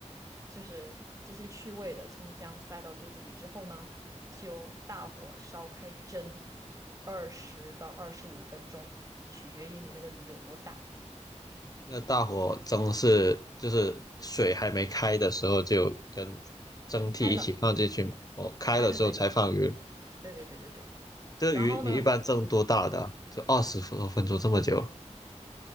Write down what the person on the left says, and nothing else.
那大火蒸是就是水还没开的时候就跟蒸屉一起放进去嘛，
哦，开了之后才放鱼。
这个鱼你一般蒸多大的啊就二十多分钟这么久？